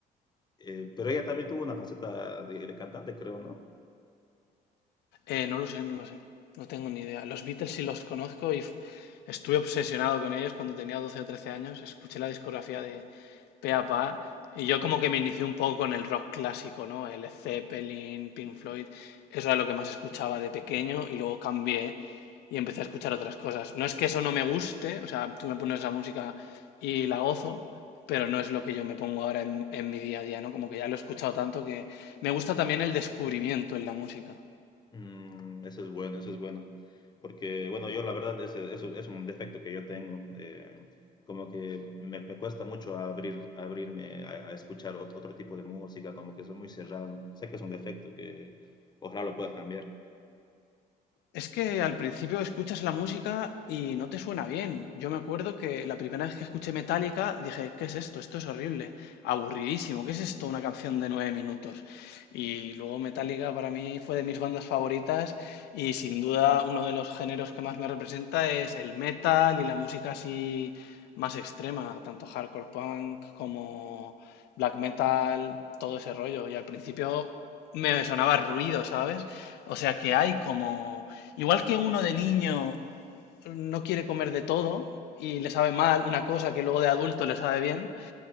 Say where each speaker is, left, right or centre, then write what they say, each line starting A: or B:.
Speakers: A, on the left; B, on the left.
A: eh, pero ella también tuvo una faceta de, de cantante, creo, ¿no?
B: Eh, no lo sé, no lo sé. No tengo ni idea. Los Beatles sí los conozco y f- estuve obsesionado con ellos cuando tenía 12 o 13 años. Escuché la discografía de pe a pa y yo como que me inicié un poco con el rock clásico, ¿no? El Zeppelin, Pink Floyd. Eso era lo que más escuchaba de pequeño y luego cambié y empecé a escuchar otras cosas. No es que eso no me guste, o sea, tú me pones la música y la gozo, pero no es lo que yo me pongo ahora en, en mi día a día, ¿no? Como que ya lo he escuchado tanto que me gusta también el descubrimiento en la música.
A: Mm, eso es bueno, eso es bueno. Porque, bueno, yo la verdad, ese, eso es un defecto que yo tengo. eh, como que me, me cuesta mucho abrir, abrirme a, a escuchar ot- otro tipo de música, como que soy muy cerrado. Sé que es un defecto que ojalá lo pueda cambiar.
B: Es que al principio escuchas la música y no te suena bien. Yo me acuerdo que la primera vez que escuché Metallica dije, ¿qué es esto? Esto es horrible, aburridísimo, ¿qué es esto? Una canción de nueve minutos. Y luego Metallica para mí fue de mis bandas favoritas y sin duda uno de los géneros que más me representa es el metal y la música así más extrema, tanto hardcore punk como black metal, todo ese rollo. Y al principio me sonaba ruido, ¿sabes? O sea que hay como, igual que uno de niño no quiere comer de todo y le sabe mal una cosa que luego de adulto le sabe bien,